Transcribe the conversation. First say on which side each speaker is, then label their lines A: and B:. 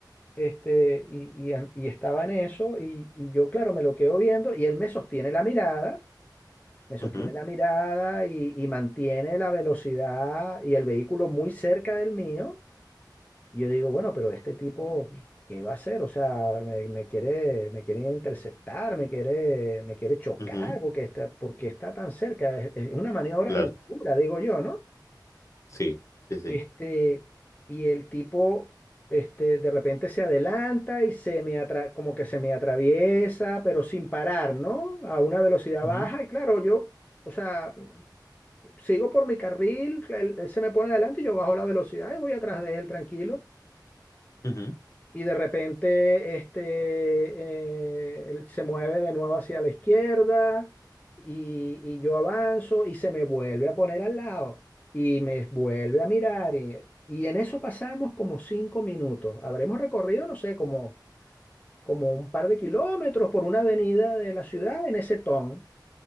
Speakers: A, on the left; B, on the left.
A: este, y, y, y estaba en eso, y, y yo, claro, me lo quedo viendo, y él me sostiene la mirada, me sostiene
B: ujú,
A: la mirada y, y mantiene la velocidad y el vehículo muy cerca del mío. Y yo digo, bueno, pero este tipo, ¿qué va a hacer? O sea, me, me quiere, me quiere interceptar, me quiere, me quiere chocar,
B: ujú,
A: porque está, porque está tan cerca. Es, es una maniobra
B: claro,
A: insegura, digo yo, no
B: sí, sí, sí.
A: Este, y el tipo, este, de repente se adelanta y se me atra- como que se me atraviesa, pero sin parar, ¿no? A una velocidad
B: ujú,
A: baja y claro, yo, o sea, sigo por mi carril, él, él se me pone adelante y yo bajo la velocidad y voy atrás de él tranquilo
B: ujú,
A: y de repente este, eh, él se mueve de nuevo hacia la izquierda y, y yo avanzo y se me vuelve a poner al lado y me vuelve a mirar y, y en eso pasamos como cinco minutos. Habremos recorrido, no sé, como, como un par de kilómetros por una avenida de la ciudad en ese ton.